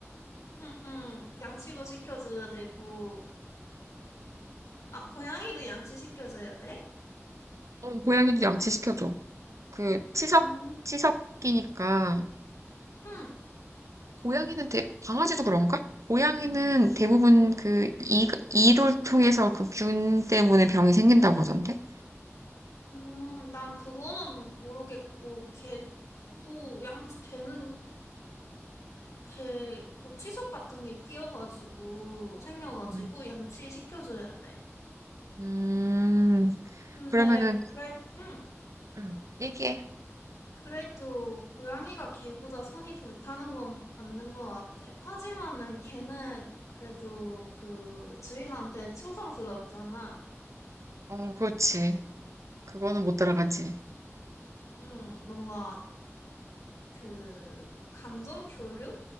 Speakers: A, on the left (about 85°); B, on the right (about 80°).
A: 응, 응, 양치도 시켜줘야 되고, 아, 고양이도 양치 시켜줘야 돼?
B: 어, 고양이도 양치시켜줘. 그, 치석,
A: 음,
B: 치석이니까.
A: 응,
B: 고양이는 대, 강아지도 그런가? 고양이는 대부분 그, 이, 이를 통해서 그 균 때문에 병이 생긴다고 하던데?
A: 음, 난 그거는 모르겠고, 걔도 양치, 걔는 걔 또 치석 같은 게 끼어가지고 생겨가지고
B: 음,
A: 양치 시켜줘야 돼.
B: 음,
A: 근데
B: 그러면은,
A: 그래, 응.
B: 음, 얘기해.
A: 그래도 고양이가 개보다 손이 덜 타는 건 맞는 것 같아. 하지만은 개는 그래도 그 주인한테 충성스럽잖아.
B: 어, 그렇지. 그거는 못 따라가지.
A: 응, 뭔가 그 감정 교류?